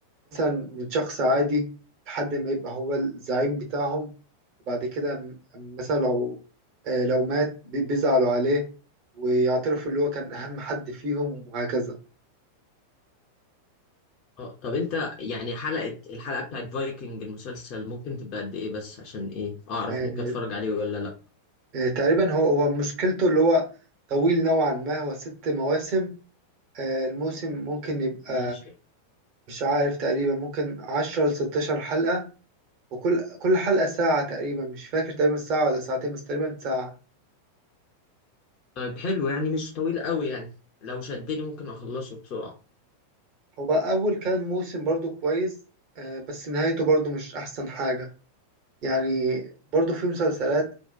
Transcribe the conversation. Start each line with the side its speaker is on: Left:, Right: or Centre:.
Right: من شخص عادي لحد ما يبقى هو الزعيم بتاعهم وبعد كده م- مثلا لو آه، لو مات بي- بيزعلوا عليه ويعترفوا اللي هو كان أهم حد فيهم وهكذا
Left: اه طب أنت يعني حلقة الحلقة بتاعت فايكنج المسلسل ممكن تبقى قد إيه بس عشان إيه أعرف
Right: آه،
Left: ممكن أتفرج عليه ولا لأ
Right: آه، تقريبا هو هو مشكلته اللي هو طويل نوعا ما هو ست مواسم آه، الموسم ممكن يبقى
Left: ماشي
Right: مش عارف تقريبا ممكن عشرة لستاشر حلقة وكل كل حلقة ساعة تقريبا مش فاكر تقريبا ساعة ولا ساعتين بس تقريبا ساعة
Left: طيب حلو يعني مش طويل قوي يعني لو شدني ممكن أخلصه بسرعة
Right: هو أول كام موسم برضو كويس آه، بس نهايته برضو مش أحسن حاجة يعني برضو في مسلسلات